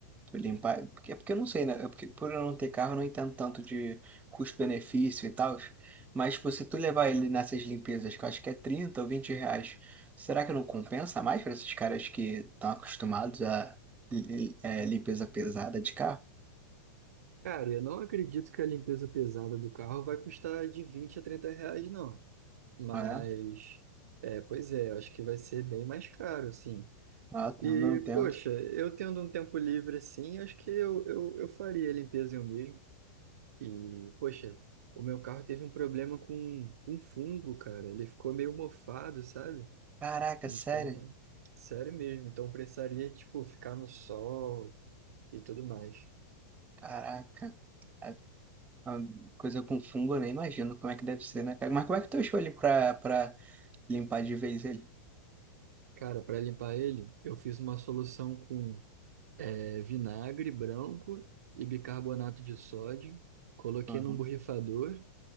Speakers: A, on the right; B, on the right.
A: Limpar, porque, é porque eu não sei, né? É Porque, por eu não ter carro, eu não entendo tanto de custo-benefício e tal. Mas, tipo, se tu levar ele nessas limpezas, que eu acho que é 30 ou 20 reais, será que não compensa mais para esses caras que estão acostumados a li- é, limpeza pesada de carro?
B: Cara, eu não acredito que a limpeza pesada do carro vai custar de 20 a 30 reais, não. Mas,
A: Ah, é?
B: é, pois é, eu acho que vai ser bem mais caro, sim.
A: Ah, tá,
B: E,
A: eu não entendo.
B: poxa, eu tendo um tempo livre assim, acho que eu, eu, eu faria a limpeza eu mesmo. E, poxa, o meu carro teve um problema com, com fungo, cara. Ele ficou meio mofado, sabe?
A: Caraca,
B: Então,
A: sério?
B: sério mesmo. Então precisaria, tipo, ficar no sol e tudo mais.
A: Caraca. A- a Coisa com fungo, eu nem imagino como é que deve ser, né, cara? Mas como é que tu achou ele pra, pra limpar de vez ele?
B: Cara, para limpar ele, eu fiz uma solução com é, vinagre branco e bicarbonato de sódio. Coloquei
A: Uhum.
B: num borrifador,